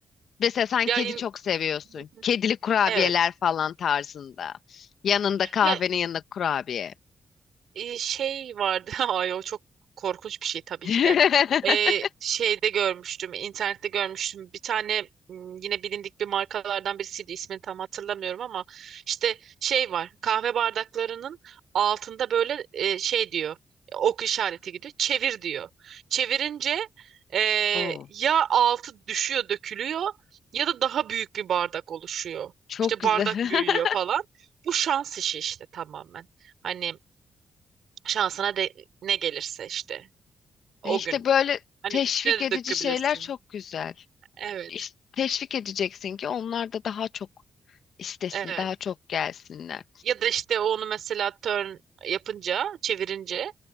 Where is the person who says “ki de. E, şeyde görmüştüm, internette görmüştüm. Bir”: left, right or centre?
Right